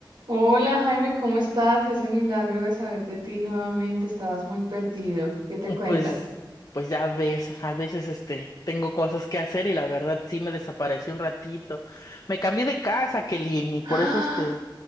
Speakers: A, on the right; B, on the left.
A: Hola Jaime, ¿cómo estás? Ese milagro de saber de ti nuevamente, estabas muy perdido. ¿Qué te cuentas?
B: Pues, pues ya ves, a veces este, tengo cosas que hacer y la verdad sí me desaparecí un ratito. Me cambié de casa, Kelly, y
A: Ah,
B: por eso este,